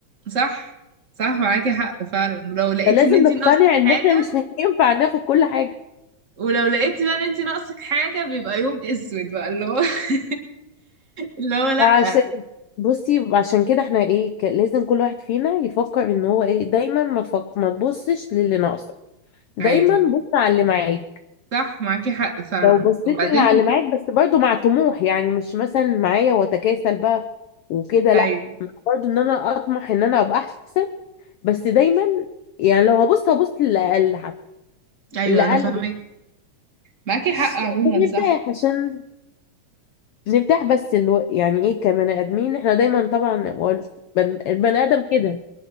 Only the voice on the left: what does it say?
فلازم
نقتنع
ان احنا مش <laughs> هينفع ناخد كل حاجه
فعشان بصي عشان كده احنا ايه ك- لازم كل واحد فينا يفكر ان هو ايه دايما ما تفك... ما تبصش للي ناقصك دايما
بص على اللي معاك
لو بصيت
اللي على اللي معاك بس برضو مع طموح يعني مش مثلا معايا واتكاسل بقى وكده
لا برضو ان انا اطمح ان انا ابقى احسن بس دايما يعني لو هبص هبص للي اقل حتى
اللي اقل
من-
عشان
نرتاح
عشان نرتاح بس الو... يعني ايه كبني ادمين احنا دايما طبعا هو البن- البني ادم كده